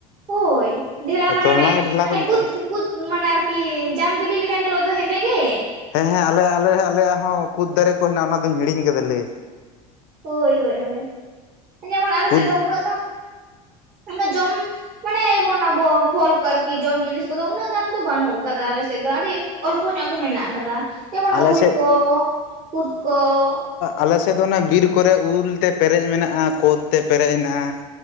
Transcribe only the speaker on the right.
ᱦᱳᱭ ᱰᱷᱮᱞᱟ ᱢᱟᱱᱮ
ᱚᱱᱮ
ᱚᱱᱮ
ᱠᱩᱫ ᱠᱩᱫ ᱢᱟᱱᱮ ᱟᱨᱠᱤ ᱡᱟᱢ ᱵᱤᱞᱤ ᱞᱮᱠᱟ ᱧᱮᱞᱚᱜ ᱫᱚ ᱦᱮᱸᱫᱮ ᱜᱮ ᱾
ᱦᱳᱭ ᱦᱳᱭ ᱦᱳᱭ ᱡᱮᱢᱚᱱ ᱟᱞᱮ
ᱥᱮᱫ ᱫᱚ ᱩᱱᱟᱹᱜ ᱜᱟᱱ ᱚᱱᱮ ᱡᱚᱢ ᱢᱟᱱᱮ ᱵᱚᱱ ᱟᱵᱚ ᱯᱷᱚᱞ ᱠᱚ ᱟᱨᱠᱤ ᱡᱚᱢ ᱡᱤᱱᱤᱥ ᱠᱚᱫᱚ ᱩᱱᱟᱹᱜ ᱜᱟᱱ ᱫᱚ ᱵᱟᱹᱱᱩᱜ ᱠᱟᱫᱟ ᱟᱞᱮ ᱥᱮᱫ ᱫᱚ ᱟᱹᱰᱤ ᱚᱞᱯᱚ ᱧᱚᱜ ᱜᱮ ᱢᱮᱱᱟᱜ ᱠᱟᱫᱟ ᱾ ᱡᱮᱢᱚᱱ
ᱩᱞ
ᱠᱚ ᱠᱩᱸᱫᱽ ᱠᱚ ᱾